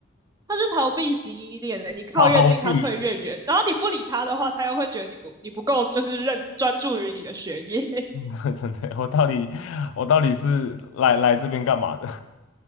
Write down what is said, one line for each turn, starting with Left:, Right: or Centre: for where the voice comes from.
Right: 他是逃避型依恋的，你靠越近，
Left: 好比，
Right: 他退越远。然后你不理他的话，他又会觉得你不你不够，就是认专注于你的学业。<laughs>
Left: 嗯真的，我到底我到底是来来这边干嘛的？